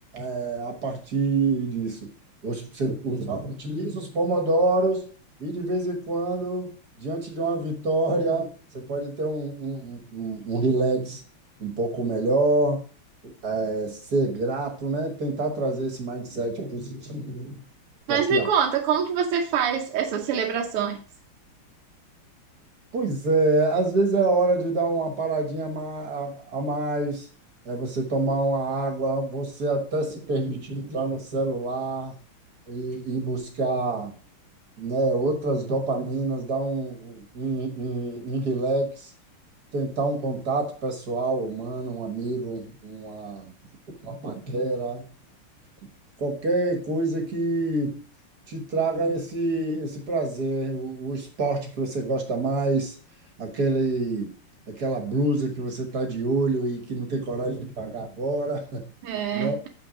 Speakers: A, on the right; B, on the right.
A: é, a partir disso. Hoje Você usa- utiliza os pomodoros e, de vez em quando, diante de uma vitória, você pode ter um, um, um, um um relax um pouco melhor, é, ser grato, né? Tentar trazer esse mindset positivo para
B: Mas
A: que
B: me
A: a...
B: conta, como que você faz essas celebrações?
A: Pois é, às vezes é hora de dar uma paradinha a ma- a- a mais, é você tomar uma água, você até se permitir entrar no celular e e buscar né? Outras dopaminas, dar um, um, um, um relax, tentar um contato pessoal, humano, um amigo, uma, uma paquera, qualquer coisa que te traga esse, esse prazer, o, o esporte que você gosta mais, aquele, aquela blusa que você está de olho e que não tem coragem de pagar agora, <laughs>
B: É, é
A: né?